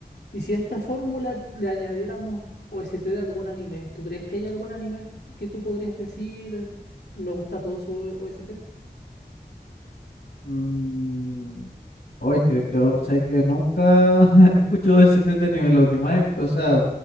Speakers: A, on the left (about 85°); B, on the left (about 75°).
A: y si a esta fórmula le añadiéramos o s t de algún anime, ¿tú crees que hay algún anime que tú podrías decir, me gusta todo su o s t
B: Mm, oh, es que yo sé que nunca <laughs> escucho ese tipo de anime. Lo que más, o sea,